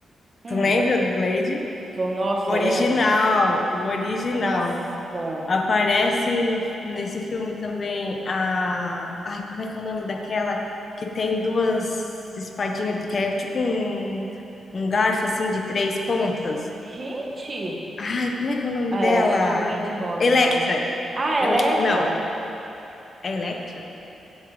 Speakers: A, on the right; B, on the left.
A: Hum.
B: tu lembra do Blade?
A: Sou, nossa,
B: O original,
A: lembro.
B: o original.
A: Nossa.
B: Aparece no- nesse filme também a. Ai, como é que é o nome daquela que tem duas espadinhas, que é tipo um, um garfo assim de três pontas?
A: Gente,
B: Ai, como é que é o nome
A: é,
B: dela?
A: sou ruim de nome.
B: Electra.
A: É. Ah,
B: Ele-
A: Electra?
B: Não, é Electra?